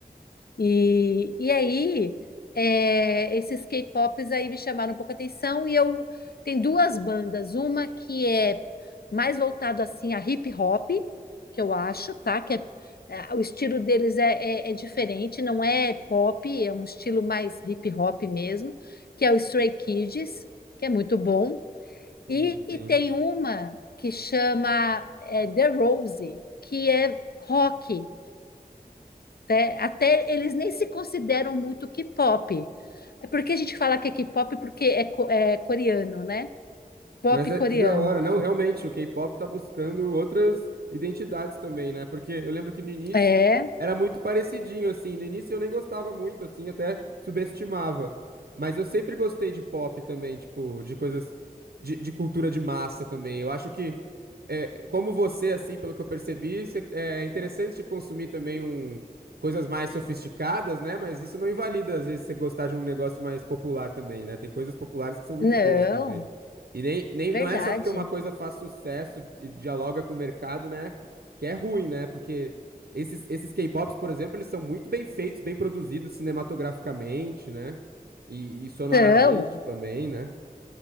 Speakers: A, on the left (about 75°); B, on the right (about 75°).
A: E, e aí, é, esses K-pops aí me chamaram um pouco a atenção e eu tem duas bandas, uma que é mais voltado assim a hip hop, que eu acho, tá? Que é, é, o estilo deles é, é, é diferente, não é pop, é um estilo mais hip hop mesmo, que é o Stray Kids, que é muito bom. E,
B: Sim, sim.
A: e tem uma que chama é, The Rose, que é rock. Até, até eles nem se consideram muito K-pop. É porque a gente fala que é K-pop porque é, co- é coreano, né? Pop
B: Mas é
A: coreano.
B: que da hora, não, realmente, o K-pop tá buscando outras identidades também, né? Porque eu lembro que no início
A: É,
B: era muito parecidinho, assim. No início eu nem gostava muito, assim, até subestimava. Mas eu sempre gostei de pop também, tipo, de coisas de, de cultura de massa também. Eu acho que, é, como você, assim, pelo que eu percebi, cê- é interessante de consumir também um, coisas mais sofisticadas, né? Mas isso não invalida, às vezes, você gostar de um negócio mais popular também, né? Tem coisas populares que são muito
A: não,
B: boas também. E nem, nem,
A: verdade.
B: não é só porque uma coisa faz sucesso e dialoga com o mercado, né? Que é ruim, né? Porque esses, esses K-pops, por exemplo, eles são muito bem feitos, bem produzidos cinematograficamente, né? E, e sonoramente
A: Não,
B: também, né?